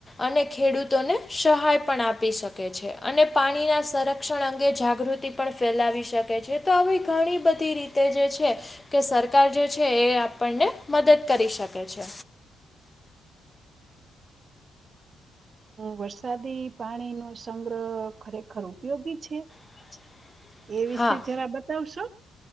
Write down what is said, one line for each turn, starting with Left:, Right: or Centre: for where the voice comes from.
Left: અને ખેડૂતોને સહાય પણ આપે આપી શકે છે અને પાણીના સંરક્ષણ અંગે જાગૃતિ પણ ફેલાવી શકે છે. તો આવી ઘણી બધી રીતે જે છે કે સરકાર જે છે એ આપણને મદદ કરી શકે છે.
Right: વરસાદી પાણી નો સંગ્રહ ખરેખર ઉપયોગી છે?
Left: <unintelligible>
Right: એ વિશે
Left: હા
Right: જરા બતાવશો?